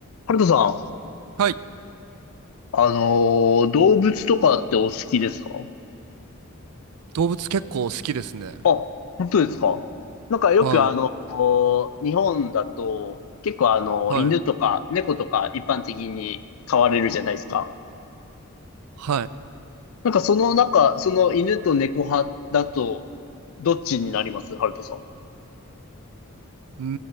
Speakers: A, on the left (about 70°); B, on the right (about 80°).
A: ハルトさん、
B: はい。
A: あのー動物とかってお好きですか
B: 動物結構好きですね。
A: あ、本当ですかなんかよくあのー日本だと結構あのー犬とか猫とか一般的に飼われるじゃないですか。
B: はい。はい。はい。
A: なんかその中、その犬と猫派だとどっちになりますハルトさん。
B: うー